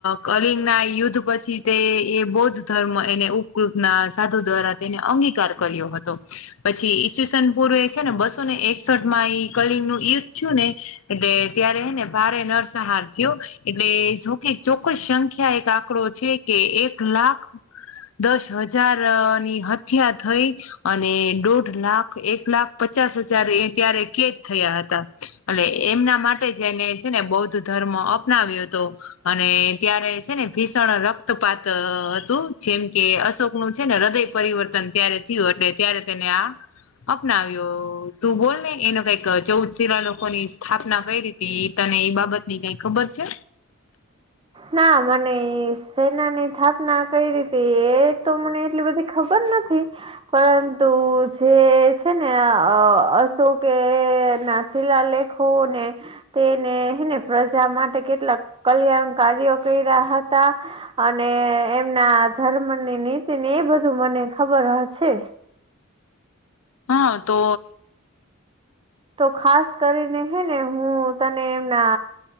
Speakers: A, on the left (about 75°); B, on the right (about 25°).
A: કરીંગ. ના યુદ્ધ પછી તે એ બૌદ્ધ ધર્મ એને ઉપકૃત ના સાધુ દ્વારા તેને અંગીકાર કર્યો હતો પછી ઈસવીસન પૂર્વે એ છે ને બસો ને એકસઠ માં કલંગનું યુદ્ધ થયું ને એટલે ત્યારે એને ભારે નરસહાર થયો. એટલે જોકે ચોક્કસ સંખ્યા એક આંકડો છે કે એક લાખ દસ હજાર ની હત્યા થઈ. અને દોઢ લાખ એક લાખ પચાસ હજાર એ ત્યારે કેદ થયા હતા અને એમના માટે જેને છે ને બૌદ્ધ ધર્મ અપનાવ્યો હતો અને ત્યારે છે ને ભીષણ રક્તપાત હતું જેમ કે અશોકનુ છે ને હૃદય પરિવર્તન ત્યારે થયું એટલે ત્યારે તેને આ અપનાવ્યો તું બોલ ને એનો કઈક ચૌદ શીલા લોકોની સ્થાપના કય રીતી તી તને એઈ બાબતની કઈ ખબર છે.
B: ના મને સેના ની થાપના કઈ રી હતી એ તો મને એટલી બધી ખબર નથી. પરંતુ જે છે ને અ અશોકે નાસ શિલાલેખોને તેને હેને પ્રજા માટે કેટલાક કલ્યાણ ગાડી <inaudible> ઓકરી રહ્યા હતા અને એમના ધર્મની નીતિ ને એ બધું મને ખબર હશે.
A: હા તો.
B: તો ખાસ કરીને હે ને હું તને એમના